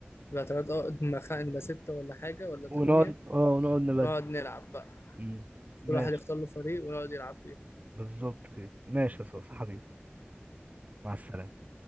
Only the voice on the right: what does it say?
ونقعد اه ونقعد نبدل
مم. ماشي
بالظبط كده ماشي يا اسطى حبيبي مع السلامة